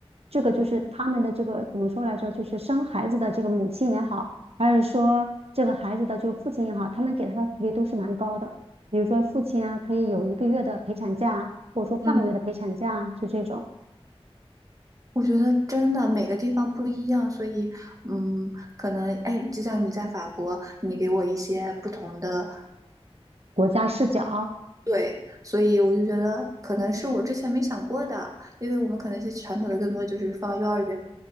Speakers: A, on the right; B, on the right.
A: 这个，就是他们的这个怎么说来着？就是生孩子的这个母亲也好，还是说这个孩子的就父亲也好，他们给他的福利都是蛮高的。比如说父亲啊，可以有一个月的陪产假啊或者说半个月的陪产假啊就这种
B: 嗯，我觉得真的每个地方不一样，所以嗯，可能哎，就像你在法国，你给我一些不同的
A: 国家视角啊
B: 对，所以我就觉得可能是我之前没想过的，因为我们可能是传统的更多就是放幼儿园